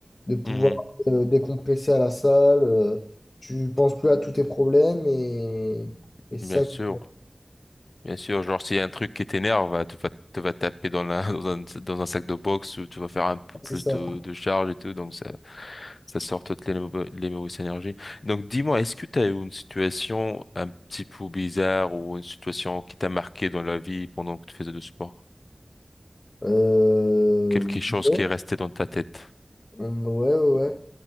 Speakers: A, on the left (about 50°); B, on the left (about 75°).
A: de pouvoir
B: Mhm.
A: euh, décompresser à la salle, euh, tu penses plus à tous tes problèmes et, et c'est
B: Bien
A: ça
B: sûr.
A: qui
B: Bien sûr, genre s'il y a un truc qui t'énerve, bah, tu vas te vas taper dans la <laughs> dans un dans un sac de boxe ou tu vas faire un peu plus
A: c'est ça.
B: de, de charge et tout, donc ça ça sort toutes les mauvaises, les mauvaises énergies. Donc dis-moi, est-ce que tu as eu une situation un petit peu bizarre ou une situation qui t'a marqué dans la vie pendant que tu faisais du sport?
A: Euh,
B: Quelque chose
A: ouais,
B: qui est resté dans ta tête?
A: ouais, ouais. ouais.